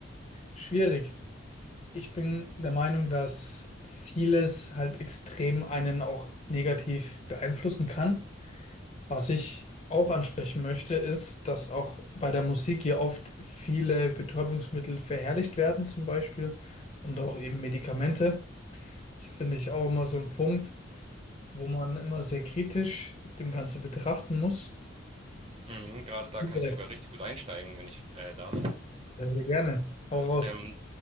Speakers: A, on the left; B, on the right.
A: Schwierig. Ich bin der Meinung, dass vieles halt extrem einen auch negativ beeinflussen kann. Was ich auch ansprechen möchte, ist, dass auch bei der Musik hier oft viele Betäubungsmittel verherrlicht werden, zum Beispiel, und auch eben Medikamente. Das finde ich auch immer so ein Punkt wo man immer sehr kritisch dem Ganze betrachten muss.
B: Mhm, grade da
A: Viele,
B: kann ich sogar richtig gut einsteigen, wenn ich, äh, darf.
A: sehr, sehr gerne. Hau raus.
B: Ähm